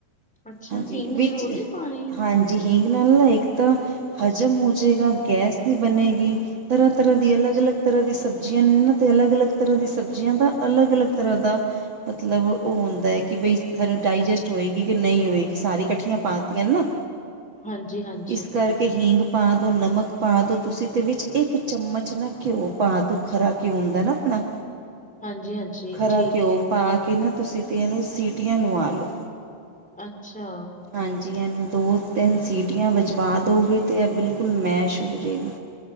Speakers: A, in the centre; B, on the right.
A: ਅੱਛਾ
B: ਹਾਂਜੀ,
A: ਹਿੰਗ
B: ਵਿੱਚ,
A: ਜ਼ਰੂਰੀ ਪਾਣੀ
B: ਹਾਂਜੀ। ਹੀਂਗ ਨਾਲ ਨਾ ਇੱਕ ਤਾਂ ਹਜ਼ਮ ਹੋ ਜੇਗਾ ਗੈਸ ਨਹੀਂ ਬਣੇਗੀ। ਤਰ੍ਹਾਂ-ਤਰ੍ਹਾਂ ਦੀ
A: ਅੱਛਾ।
B: ਅਲੱਗ-ਅਲੱਗ ਤਰ੍ਹਾਂ ਦੀ ਸਬਜ਼ੀ ਸਬਜ਼ੀਆਂ ਨੇ ਨਾ ਅਤੇ ਅਲੱਗ-ਅਲੱਗ ਤਰ੍ਹਾਂ ਦੀ ਸਬਜ਼ੀਆਂ ਦਾ ਅਲੱਗ-ਅਲੱਗ ਤਰ੍ਹਾਂ ਦਾ ਮਤਲਬ ਉਹ ਹੁੰਦਾ ਹੈ ਕਿ ਬਈ, ਸਾਨੂੰ ਡਾਈਜੈਸਟ ਹੋਏਗੀ ਕਿ ਨਹੀਂ ਹੋਏਗੀ, ਸਾਰੀ ਇਕੱਠੀਆਂ ਪਾਤੀਆਂ ਨਾ।
A: ਹਾਂਜੀ।
B: ਇਸ ਕਰਕੇ ਹੀਂਗ ਪਾ ਦੋ, ਨਮਕ ਪਾ ਦੋ, ਤੁਸੀਂ ਤੇ ਵਿੱਚ ਇੱਕ ਚਮਚ ਨਾ ਘਿਓ ਪਾ ਦੋ, ਖਰਾ ਘਿਉ ਹੁੰਦਾ ਨਾ ਆਪਣਾ।
A: <inaudible> ਹਾਂਜੀ-ਹਾਂਜੀ
B: ਖਰਾ
A: ਠੀਕ
B: ਘਿਓ
A: ਏ।
B: ਪਾ ਕੇ ਨਾ, ਤੁਸੀਂ ਤੇ ਇਹਨੂੰ ਸੀਟੀਆਂ ਲਵਾ ਲਓ।
A: ਅੱਛਾ।
B: ਹਾਂਜੀ, ਇਹਨੂੰ ਦੋ ਤਿੰਨ ਸੀਟੀਆਂ ਵਜਵਾ ਦੋ ਗੇ ਤੇ, ਇਹ ਬਿਲਕੁਲ ਮੈਸ਼ ਹੋ ਜੇਗੀ।